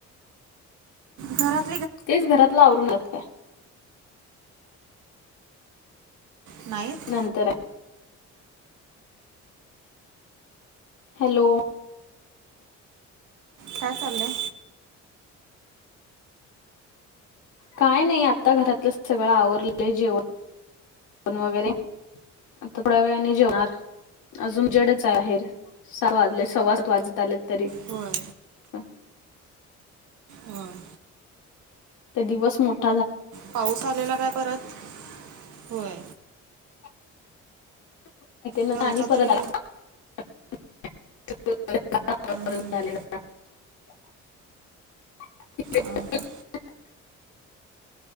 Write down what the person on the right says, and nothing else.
दरात
नाहीत
काय लय
होय
होय
पाऊस आलेला काय परत? होय,
कलचा
तरी
हां
हां